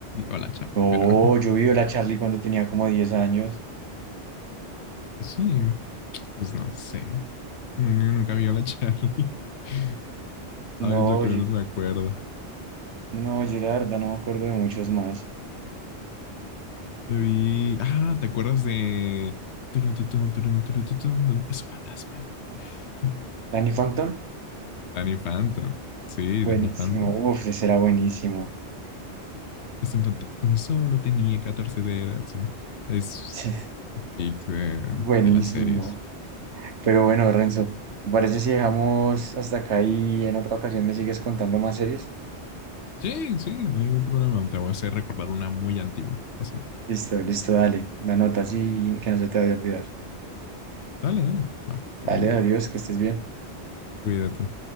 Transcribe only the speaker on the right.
No,
yo vi Hola Charlie cuando tenía como 10 años.
No,
oye,
no, yo la verdad no me acuerdo de muchos más.
Danny Phantom,
buenísimo,
uf, ese era buenísimo,
Sí,
buenísimo.
Pero bueno, Renzo, ¿te parece si dejamos hasta acá y en otra ocasión me sigues contando más series?
Listo, listo, dale, la nota así que no se te vaya a olvidar.
Dale,
adiós, que estés bien.